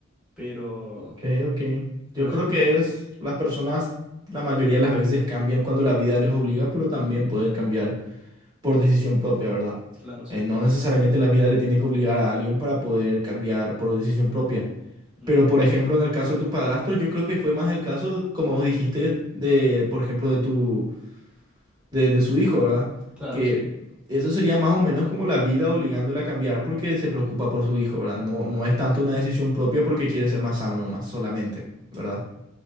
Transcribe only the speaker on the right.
Ok, ok. Yo
creo
que
es, las personas la mayoría de las veces cambian cuando la vida les obliga, pero también pueden cambiar por decisión propia, ¿verdad?
Eh, no necesariamente la vida le tiene que obligar a alguien para poder cambiar por decisión propia.
Pero, por ejemplo, en el caso de tu padrastro, yo creo que fue más el caso, como vos dijiste, de, por ejemplo, de tu, de, de su hijo, ¿verdad?
Que
eso sería más o menos como la vida obligándole a cambiar porque se preocupa por su hijo, ¿verdad? No, no es tanto una decisión propia porque quiere ser más sano nomás, solamente, ¿verdad?